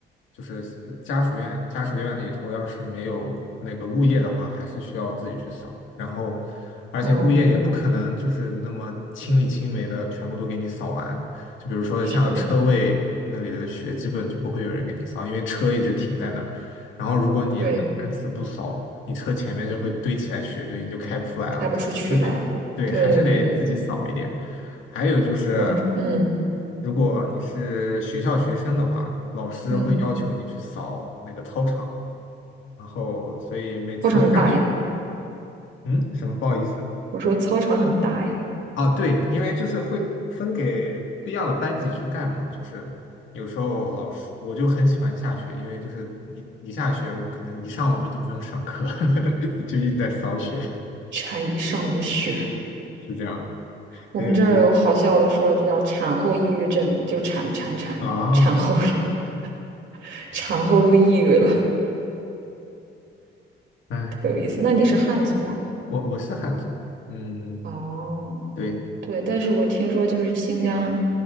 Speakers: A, on the left; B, on the right.
A: 就是呃家属院，家属院里头要是没有那个物业的话，还是需要自己去扫。然后，而且物业也不可能就是那么亲力亲为的全部都给你扫完。
B: 哦，
A: 就比如说像车位那里的雪，
B: 是的，
A: 基本就不会有人给你扫，因为车一直停在那儿。然后如果你两三次不扫，
B: 对，
A: 你车前面就会堆起来雪堆，你就开不出来了。
B: 开不出去了。
A: 是得，对，
B: 对对对对对，
A: 还是得自己扫一点。还有就是，
B: 我们嗯
A: 如果你是学校学生的话，老师会要求你去扫那个操场，
B: 嗯，
A: 然后所以每次下雪，
B: 操场很大哎，
A: 嗯，什么不好意思
B: 我说操场很大哎，
A: 啊，对，因为就是会分给不一样的班级去干嘛，就是有时候老师我就很喜欢下雪，因为就是一一下雪，我可能一上午都不用上课，<laughs> 就一直在扫雪，
B: 铲一上午雪，
A: 是这样，
B: 我们这儿有好笑的说，
A: 很有意思
B: 这叫产后抑郁症，就产产产产后
A: 啊，
B: <laughs> 产后都抑郁了，
A: 哎，
B: 特有意思。那你是汉族啊？
A: 我我是汉族，嗯。
B: 哦。
A: 对。
B: 对，但是我听说就是新疆